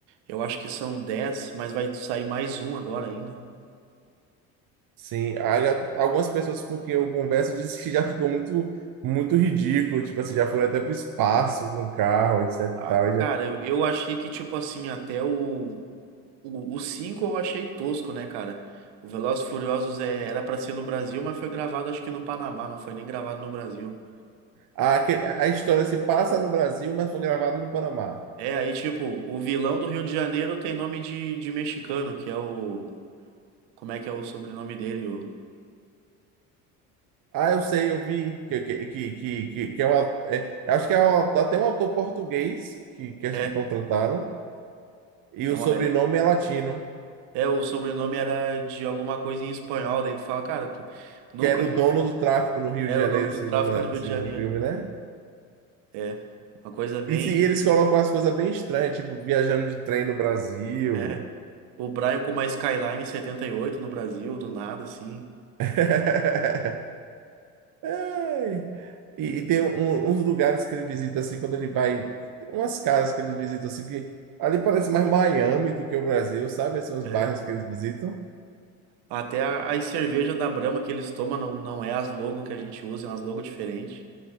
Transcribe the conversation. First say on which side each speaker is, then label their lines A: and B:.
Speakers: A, on the right; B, on the right.
A: eu acho que são dez mas vai sair mais um agora ainda.
B: Sim. Há já- Algumas pessoas com quem eu converso dizem que já ficou muito, muito ridículo. Tipo assim, já foram até pro espaço com o carro, etc
A: Ah,
B: e tal. e
A: cara,
B: já-
A: eu, eu achei que, tipo assim, até o, o, o 5 eu achei tosco, né, cara? O Velozes e Furiosos é, era pra ser no Brasil, mas foi gravado acho que no Panamá, não foi nem gravado no Brasil.
B: A, aquele- a história se passa no Brasil, mas foi gravada no Panamá.
A: É, aí, tipo, o vilão do Rio de Janeiro tem nome de, de mexicano, que é o. Como é que é o sobrenome dele? O-
B: Ah, eu sei, eu vi que, que, que, que, que que é um ato- é, acho que é um- até um autor português que, que acho
A: É,
B: que contrataram, e
A: é
B: o
A: uma.
B: sobrenome é latino,
A: É, o sobrenome era de alguma coisa em espanhol, daí tu fala, cara, tu nunca
B: que era o
A: viu.
B: dono do tráfico no Rio
A: Era
B: de Janeiro,
A: o dono do
B: segundo,
A: tráfico
B: a-
A: no Rio
B: segundo
A: de Janeiro.
B: o filme, né?
A: É, uma coisa bem.
B: E, se, e eles colocam umas coisas bem estranhas, tipo viajando de trem no Brasil.
A: É, o Brian com uma Skyline 78 no Brasil, do nada, assim.
B: <laughs> Ai. E, e tem um- uns lugares que ele visita assim, quando ele vai, tem umas casas que ele visita assim, que ali parece mais Miami do que o Brasil, sabe? Assim, os
A: É.
B: bairros que eles visitam.
A: Até a, as cervejas da Brahma que eles tomam não, não é as logo que a gente usa, é umas logo diferentes.